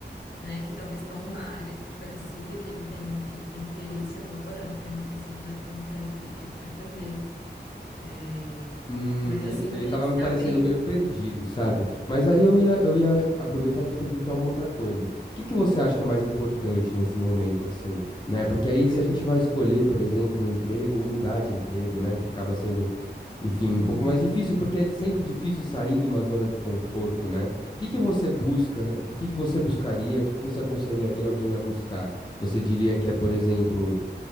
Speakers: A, on the left; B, on the left.
A: né, que talvez estão numa área parecida, que ele tem, que ele tem interesse agora, né, não sei se ele já tem uma ideia do que, que ele quer fazer. É,
B: Hum,
A: mas
B: ele,
A: assim,
B: ele
A: para
B: tava
A: ele se
B: me parecendo
A: abrir,
B: meio perdido, sabe? Mas aí eu ia, eu ia aproveitar e te perguntar uma outra coisa. O que que você acha que é mais importante nesse momento, assim, né? Porque aí se a gente vai escolher, por exemplo, um emprego ou mudar de emprego, né? Que acaba sendo Enfim,
A: Uhum.
B: um pouco mais difícil, porque é de- sempre difícil sair de uma zona de conforto, né? O que que você busca? O que que você buscaria? O que que você aconselharia alguém a buscar? Você diria que é, por exemplo,